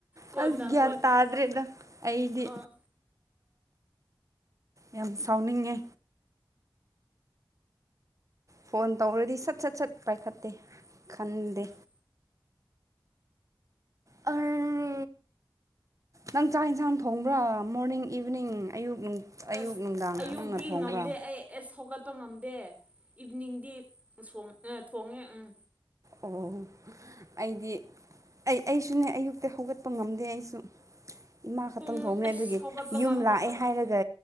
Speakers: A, on the right (about 15°); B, on the right (about 40°).
A: ꯀꯣꯟꯅ
B: ꯑꯁ
A: ꯀꯣꯟꯅ
B: ꯭ꯟ ꯇꯥꯗꯔꯦꯗ ꯑꯩꯗꯤ
A: ꯑꯥ
B: ꯌꯥꯝ ꯁꯥꯎꯅꯤꯉꯦ ꯐꯣꯟ ꯇꯧꯔꯗꯤ ꯁꯠ ꯁꯠ ꯁꯠ ꯄꯥꯏꯈꯠꯇꯦ ꯈꯟꯗꯦ
A: ꯎꯝ
B: ꯑ ꯅꯪ ꯆꯥꯛ ꯌꯦꯟꯁꯥꯡ ꯊꯣꯡꯕ꯭ꯔꯥ ꯃꯣꯔꯅꯤꯡ ꯏꯚꯤꯅꯤꯡ ꯑꯌꯨꯛ ꯑꯌꯨꯛ
A: ꯑꯁ
B: ꯅꯨꯡꯗꯥꯡ
A: ꯑꯌꯨꯛꯇꯛꯇꯤ
B: ꯅꯪꯅ ꯊꯣꯡꯕ꯭ꯔꯥ
A: ꯉꯝꯗꯦ ꯑꯩ ꯑꯦꯁ ꯍꯧꯧꯒꯠꯄ ꯉꯝꯗꯦ ꯏꯚꯅꯤꯡꯗꯤ ꯁ ꯄꯣꯡꯉꯦ ꯎꯝ
B: ꯑꯣ ꯑꯩꯗꯤ ꯑꯩ ꯑꯩꯁꯨꯅꯦ ꯑꯌꯨꯛꯇꯤ ꯍꯧꯒꯠꯄ ꯉꯝꯗꯦ ꯑꯩꯁꯨ ꯏꯃꯥ ꯈꯛꯇꯪ
A: ꯄꯨꯡ
B: ꯊꯣꯡꯉꯦ
A: ꯑꯁ
B: ꯑꯗꯨꯗꯒꯤ
A: ꯍꯧꯒꯠꯄ
B: ꯌꯨꯝ
A: ꯉꯝꯗꯦ
B: ꯂꯥꯛꯑꯦ
A: ꯀꯩꯅꯣ
B: ꯍꯥꯏꯔꯒ